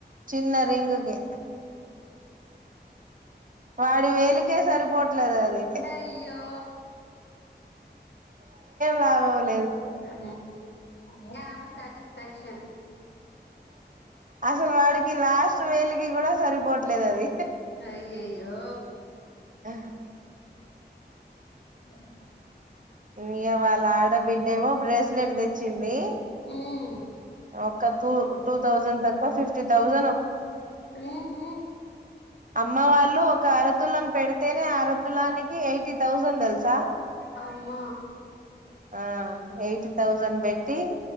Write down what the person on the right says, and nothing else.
చిన్న రింగ్కి వాడి వేలికే సరిపోట్లేదు అది
లావోల్
అసలు వాడికి లాస్ట్ వేలుకి కూడా సరిపోట్లేదు అది
ఆ
ఇగ వాళ్ళ ఆడబిడ్డేమో బ్రేస్లెట్ తెచ్చింది
ఒక తు టూ థౌజండ్ తక్కువ ఫిఫ్టీ థౌజంను
అమ్మ వాళ్ళు ఒక అరతులం పెడ్ తేనే అరతులానికి ఎయిటీ థౌజండ్ తెలుసా
ఆ ఎయిటీ థౌజండ్ పెట్టి